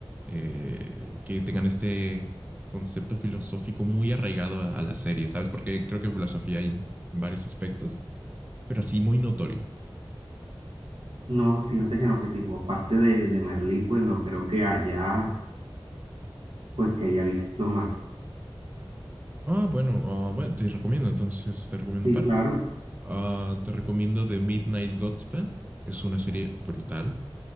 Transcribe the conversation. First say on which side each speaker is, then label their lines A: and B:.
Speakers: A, on the right; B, on the right.
A: eh, que tengan este concepto filosófico muy arraigado a, a la serie, ¿sabes? Porque creo que filosofía hay en varios aspectos, pero así muy notorio.
B: No, fíjate que no, que tipo, aparte de, de Merlí, pues no creo que haya, pues que haya visto más.
A: Ah, bueno, ah, bueno, te recomiendo entonces, te recomiendo
B: Sí,
A: un par.
B: claro.
A: Ah, te recomiendo The Midnight Gospel. Es una serie brutal,